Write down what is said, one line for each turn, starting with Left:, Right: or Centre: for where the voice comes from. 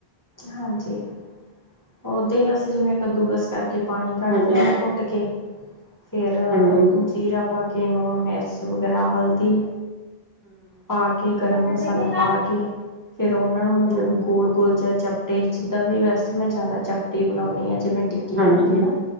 Left: ਹਾਂਜੀ। ਉੱਦਾਂ ਹੀ ਵਸ ਜਿਵੇਂ ਕੱਦੂਕਸ ਕਰਕੇ ਪਾਣੀ ਕੱਢ
Right: ਹਾਂਜੀ
Left: ਦਿੰਦੇ ਹਾਂ ਕੁੱਟ ਕੇ ਫਿਰ
Right: ਹਾਂਜੀ ਹੂੰ
Left: ਜੀਰਾ ਪਾ ਕੇ ਲੂਣ ਮਿਰਚ ਗਰਾ ਹਲਦੀ ਪਾ ਕੇ ਗਰਮ
Right: ਹਾਂਜੀ
Left: ਮਸਾਲਾ ਪਾ ਕੇ ਫੇਰ ਉਹਨਾਂ ਨੂੰ ਮਤਲਬ
Right: ਹੂੰ
Left: ਗੋਲ, ਗੋਲ ਜਾ। ਟੇ ਜਿੱਦਾਂ ਵੀ ਵੈਸੇ ਮੈਂ ਜ਼ਿਆਦਾ ਚਪਟੀ ਬਣਾਨੀ ਆ ਜਿਵੇੈਂ ਟਿੱਕੀ
Right: ਹਾਂਜੀ
Left: ਬਣਦੀ ਹਾਂ